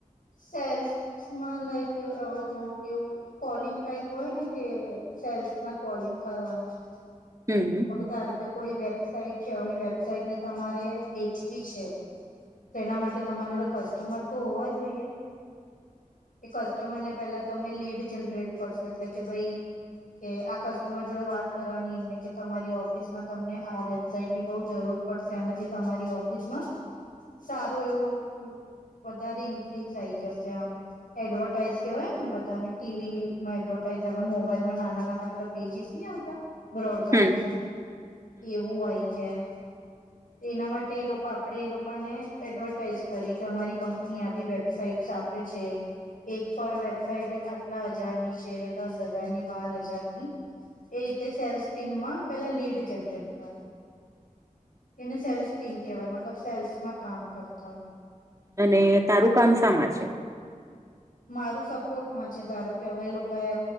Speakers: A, on the left; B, on the right.
A: સેલ્સમાં લાઈક હવે જોવ કેવું કોલિંગ ટાઈપ હોય ને કે સેલ્સ ના કોલિંગ કરવાના.
B: હમ
A: ધારો કે કોઈ વેબસાાઈટ છે, હવે વેબસાઇટ ને તમારે વેચવી છે. તો એના માટે તમારી જોડે કસ્ટમર તો હોવા જોઈએ.? એ કસ્ટમર ને પેલા તમે લીડ જનરેટ કરશો એટલે કે ભાઈ કે આ કસ્ટમર જોડે વાત કરવાની એમને તમારી ઓફિસ માં તમને આ વેબસાાઈટ ની બઉ જરૂર પડશે આનાથી તમારી ઓફિસમાં સારો એવો વધારે ઇન્ક્રીઝ થઇ જશે આમ એડવર્ટાઈઝ કેવાયને.? ટીવી ન્યુઝમાં એડવર્ટાઈઝ મોબાઈલમાં નાના નાના પેલા પેજીસ ન આવતા બ્રોડકાસ્ટ
B: હમ
A: એવું આઈ જાય.
B: હ.
A: એના માટે એ લોકો આપણે એ લોકોને એડવર્ટાઈઝ કરીએ કે અમારી કંપની આવી વેબસાઇટ્સ આપે. પછી. એક પર વેબસાઇટ આટલા હજારની છે દસ હજારની બાર હજારની એ રીતે સેલ્સ ટીમમાં પેલા લીડ જનરેટ કરે. એને સેલ્સ થથીંક કહેવાય મતલબ સેલ્સમાં કામ કરતા હોય એ.
B: અને તારું કામ સા મા છે.?
A: મારું સપોર્ટમાં છે. ધારો કેવાય એ લોકો એ